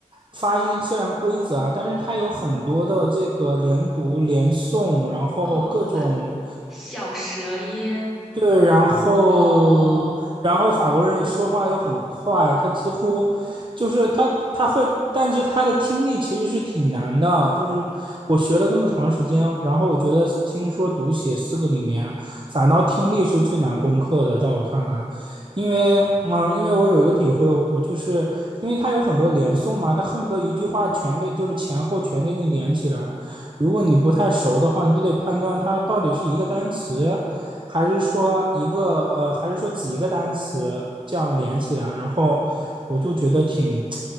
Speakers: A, on the right (about 40°); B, in the centre.
A: 发音虽然规则啊，但是它有很多的这个连读、连诵，然后各种
B: 哦，小舌音，
A: 对，然后，
B: 哦
A: 然后法国人说话又很快，他几乎就是他他会，但是他的听力其实是挺难的。就是我学了这么长时间，然后我觉得听说读写四个里面，反倒听力是最难攻克的，在我看来，因为嗯，因为我有一个体会，我就是因为他有很多连诵嘛，他恨不得一句话全给，就是前后全给你连起来。如果你不太熟的话，你就得判断它到底是一个单词。还是说一个呃，还是说几个单词这样连起来？然后我就觉得挺，